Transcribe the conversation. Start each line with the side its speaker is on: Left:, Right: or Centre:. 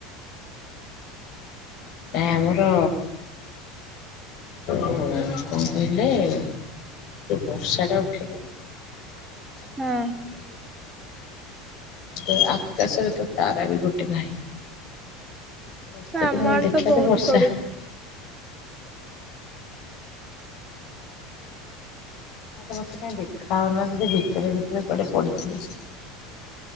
Left: ଆମର କଣ କହିଲେ ଯୋଉ ବର୍ଷା ଟା ଉଠେଇଲାଣି ସବୁ
Right: ହଁ
Left: ତାପ ବିକ ତ ଆଖା ସର ତ ତାରା ବି ଗୋଟେ ନାହିଁ। ବସ୍ତରେ
Right: ଆମ
Left: ମୁଁ କହିଲି
Right: ଆଡେ
Left: ଦେଖିବା
Right: ତ ବହୁତ
Left: ଦେ ବର୍ଷା
Right: ପଡିଛି।
Left: ମଁ ତ ମତେ କାଇଁ ଦେଖା ହାଉନା ଦଦି ଭିତରେ ଭିତରେ କୁଆଡେ ପଡିଥିଲି